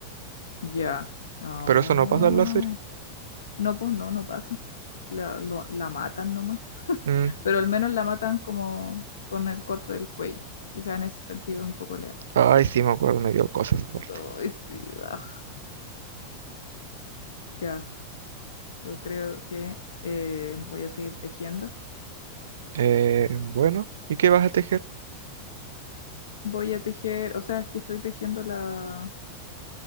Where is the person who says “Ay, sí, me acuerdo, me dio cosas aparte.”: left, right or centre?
Right